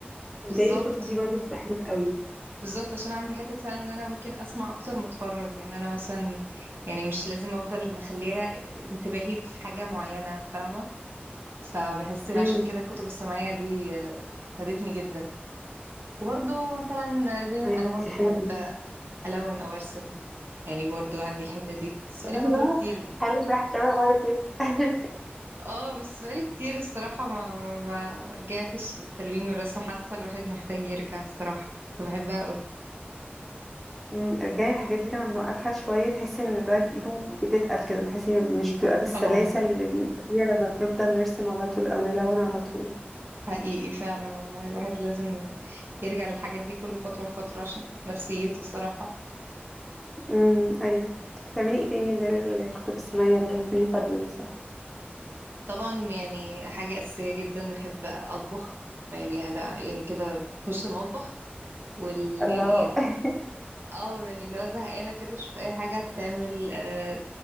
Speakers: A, in the centre; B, on the right.
A: متهيألي
B: بالظبط
A: الكتب دي برضو تبقى حلوه قوي
B: بالظبط عشان عندي حته فعلا ان انا ممكن اسمع اكتر ما اتفرج يعني انا مثلا يعني مش لازم افضل مخليه انتباهي في حاجه معينه فاهمه فبحس إن
A: امم
B: عشان كده الكتب السمعية دي آه، فادتني جدا وبرضو مثلا زي ما
A: ايوه
B: انا برضو
A: دي حلوه
B: بحب
A: قوي
B: الون او ارسم يعني برضو عندي الحتة دي بس بقالي
A: الله
B: فترة كتير
A: حلو ده احتمال اقعد فيه <laughs>
B: اه بس بقالي كتير الصراحة ما ما, ما ما رجعتش للتلوين والرسم حاسة الواحد محتاج يرجع الصراحة كنت بحبها قوي
A: مم، رجعي الحاجات دي لما بنوقفها شوية تحسي ان الواحد ايده بتتقل كده تحسي مش بتبقى بالسلاسة
B: اه
A: اللي بنبقى فيها لما بنفضل نرسم على طول او نلون على طول
B: حقيقي فعلا والله الواحد لازم يرجع للحاجات دي كل فترة وفترة عشان نفسيته الصراحة
A: امم ايوه بتعملي ايه تاني غير الكتب السماوية لما تكوني فاضية مثلا
B: طبعا يعني حاجة أساسية جدا بحب أطبخ يعني أنا يعني كده أخش المطبخ وال
A: الله
B: يعني ط-
A: <laughs>
B: اه يعني لو زهقانة كده أشوف أي حاجة تعمل آه